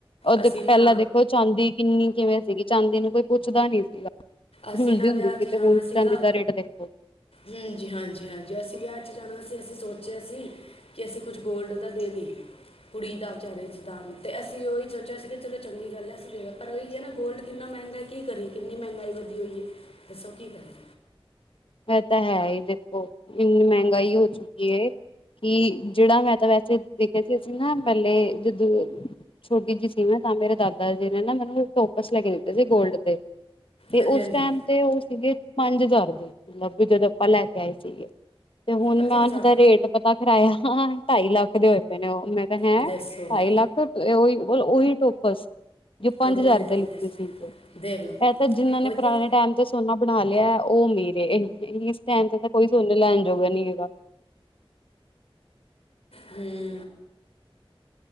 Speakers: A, on the left; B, on the left.
A: ਉਹ ਦੇਖੋ
B: ਅਸੀਂ ਨਾ
A: ਪਹਿਲਾ ਦੇਖੋ ਚਾਂਦੀ- ਕਿੰਨੀ ਕਿਵੇਂ ਸੀਗੀ ਚਾਂਦੀ ਨੂੰ ਕੋਈ ਪੁੱਛਦਾ ਨੀ ਸੀਗਾ।
B: ਅਸੀਂ
A: ਰੂਲਦੀ
B: ਨਾ
A: ਹੁੰਦੀ
B: ਵਿਆਹ
A: ਸੀ,
B: 'ਚ
A: ਤੇ
B: ਜਾਣਾ
A: ਹੁਣ
B: ਸੀਗਾ
A: ਚਾਂਦੀ ਦਾ ਰੇਟ ਦੇਖੋ,
B: ਹਾਂਜੀ- ਹਾਂਜੀ ਹਾਂਜੀ, ਅਸੀਂ ਵਿਆਹ ਚ ਜਾਣਾ ਸੀ ਅਸੀਂ ਸੋਚਿਆ ਸੀ। ਕਿ ਅਸੀਂ ਕੁਛ ਗੋਲਡ ਦਾ ਦੇ ਦੇਈ ਏ। ਕੁੜੀ ਦਾ ਵਿਚਾਰੇ 'ਚਦਾਨ ਤੇ ਅਸੀਂ ਉਹੀ ਸੋਚਿਆ ਸੀ ਕਿ ਚਲੋ ਚੰਗੀ ਗੱਲ ਹੈ ਅਸੀਂ ਦੇਵੇ ਪਰ ਉਹੀ ਹੈ ਨਾ ਗੋਲਡ ਕਿੰਨਾ ਮਹਿੰਗਾ। ਕੀ ਕਰੀਏ ਕਿੰਨੀ ਮਹਿੰਗਾਈ ਵਧੀ ਹੋਈ ਹੈ, ਦੱਸੋ ਕੀ ਕਰੀਏ।
A: ਐ ਤਾਂ ਹੈ ਹੀ। ਔ ਇੰਨੀ ਮਹਿੰਗਾਈ ਹੋ ਚੁੱਕੀ ਹੈ ਕਿ ਜਿਹੜਾ ਮੈਂ ਤਾਂ ਵੈਸੇ ਦੇਖਿਆ ਸੀ ਅਸੀਂ ਨਾ ਮਹਿਲੇ ਜਦੋਂ ਛੋਟੀ ਜਿਹੀ ਸੀ ਮੈਂ ਤਾਂ ਮੇਰੇ ਦਾਦਾ ਜੀ ਨੇ ਨਾ ਮੈਨੂੰ ਟੋਪਸ ਲੈ ਕੇ ਦਿੱਤੇ ਸੀ ਗੋਲਡ ਦੇ। ਤੇ
B: ਹਾਂਜੀ
A: ਉਸ
B: ਹਾਂਜੀ
A: ਟਾਈਮ ਤੇ ਉਹ ਸੀਗੇ ਪੰਜ ਹਜ਼ਾਰ ਦੇ। ਮਤਲਬ ਵੀ ਜਦੋਂ ਆਪਾਂ ਲੈ ਕੇ ਆਏ ਸੀਗੇ, ਤੇ ਹੁਣ
B: ਅੱਛਾ
A: ਉਹਨਾਂ
B: ਅੱਛਾ
A: ਦਾ ਰੇਟ, ਪਤਾ ਕਰਰਾਇਆ ਢਾਈ ਲੱਖ ਦੇ ਹੋਏ ਪਏ ਨੇ ਉਹ ਮੈਂ ਤਾਂ ਹੈ,
B: ਦੱਸੋ
A: ਢਾਈ ਲੱਖ। ਤੇ ਐ ਉ ਓਹੀ ਟੋਪਸ। ਜੋ ਪੰਜ
B: ਔਰ ਉਹੀ
A: ਹਜ਼ਾਰ ਦੇ
B: ਟੋਕਸ
A: ਲਿੱਤੇ ਸੀਗੇ,
B: ਦੇਖ ਲਓ
A: ਇਹ ਤਾਂ ਜਿੰਨਾਂ ਨੇ
B: ਉਹੀ
A: ਪੁਰਾਣੇ
B: ਤੇ
A: ਟਾਈਮ ਤੇ ਸੋ- ਸੋਨਾ ਬਣਾ ਲਿਆ ਉਹ ਅਮੀਰ ਐ ਇਸ ਟਾਈਮ ਤੇ ਤਾਂ ਕੋਈ ਸੋਨੇ ਲੈਣ ਜੋਗਾ ਨੀ ਹੈਗਾ।
B: ਹੂੰ।